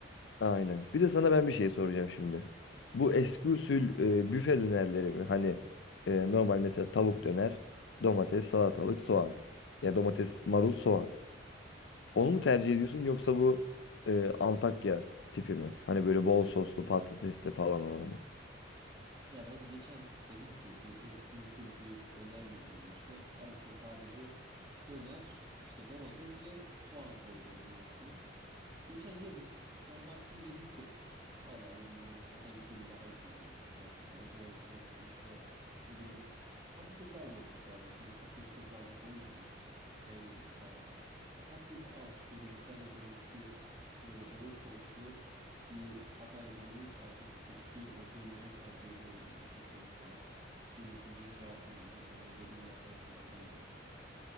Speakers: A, on the left (about 70°); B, on the right (about 25°).
A: Aynen. Bir de sana ben bir şey soracağım şimdi. Bu eski usul e, büfe dönerleri mi? Hani e, normal mesela tavuk döner, domates, salatalık, soğan. Ya domates, marul, soğan. Onu mu tercih ediyorsun yoksa bu e, Antakya tipi mi? Hani böyle bol soslu, patatesli falan olanı mı?
B: Ya ben geçen dedim ki bu eski usul bir döner yiyeyim dedim işte. Arasına sadece döner, işte domates ve soğan koydurdum arasına. Geçen yedim. Sonra baktım dedim ki valla dedim bu Hatay usulü daha güzel oluyormuş ya. O bol soslu işte ne bileyim patates az olacak bu arada. İçinde patates çok fazla koyunca ben çok sevmiyorum bu arada. Ama patates az şöyle güzel yapılmış bir böyle bol soslu bir Hatay dürümü artık eski o dönere tercih ediyorum ya kesinlikle artık bu düşünceye vardım yani geçen o yediğim yerden sonra diyebilirim.